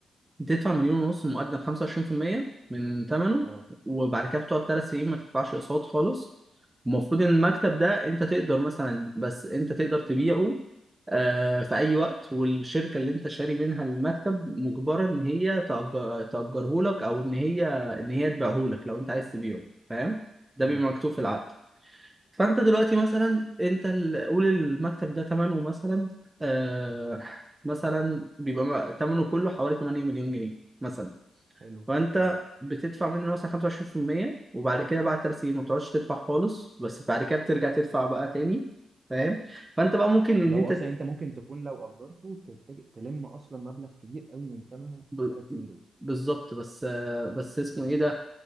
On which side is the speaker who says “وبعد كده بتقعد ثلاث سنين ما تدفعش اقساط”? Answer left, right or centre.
Right